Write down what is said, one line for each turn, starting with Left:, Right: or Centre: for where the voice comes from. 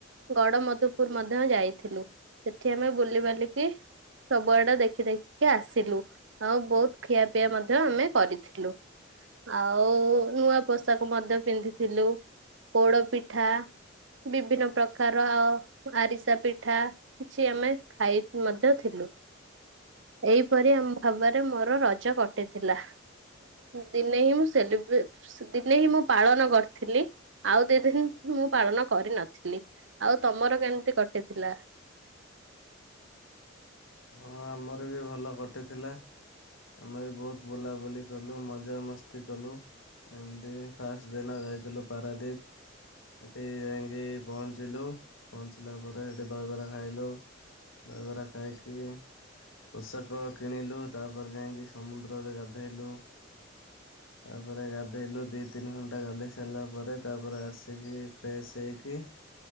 Right: ଗଡ ମଧୁପୁର ମଧ୍ୟ ଯାଇଥିଲୁ ସେଠି ଆମେ ବୁଲିବାଲିକି ସବୁଆଡେ ଦେଖି ଦେଖିକି ଆସିଲୁ। ହଉ ବହୁତ ଖିଆ ପିଆ ମଧ୍ୟ ଆମେ କରିଥିଲୁ ଆଉ ନୂଆ ପୋଷାକ ମଧ୍ୟ ପିନ୍ଧିଥିଲୁ ପୋଡ ପିଠା ବିଭିନ୍ନ ପ୍ରକାର ଆ ଆରିସା ପିଠା କିଛି ଆମେ ଖାଇ ମଧ୍ୟ ଥିଲୁ। ଏଇପରି ଆମ ଭାବରେ ମୋର ରଜ କଟିଥିଲା। ଦିନେ ହିଁ ମୁଁ ସେଲିବ ଦିନେ ହିଁ ମୁଁ ପାଳନ କରିଥିଲି ଆଉ ଦି ଦିନ ମୁଁ ପାଳନ କରିନଥିଲି ଆଉ ତମର କେମିତି କଟିଥିଲା
Left: ହଁ ଆମର ବି ଭଲ କଟିଥିଲା ଆମେ ବି ବହୁତ ବୁଲାବୁଲି କଲୁ ମଜାମସ୍ତି କଲୁ ଏମିତି ଫାଷ୍ଟ ଦିନ ଯାଇଥିଲୁ ପାରାଦ୍ୱୀପ ସେଠି ଯାଇକି ପହଞ୍ଚିଲୁ ପହଞ୍ଚିଲା ପରେ ଏଠି ଦହିବରା ଖାଇଲୁ ଦହିବରା ଖାଇକି ପୋଷାକ କିଣିଲୁ ତାପରେ ଯାଇକି ସମୁଦ୍ରରେ ଗାଧେଇଲୁ ତାପରେ ଗାଧେଇଲୁ ଦୁଇ ତିନି ଘଣ୍ଟା ଗାଧୋଇ ସାରିଲା ପରେ ତାପରେ ଆସିକି ଫ୍ରେଶ ହୋଇକି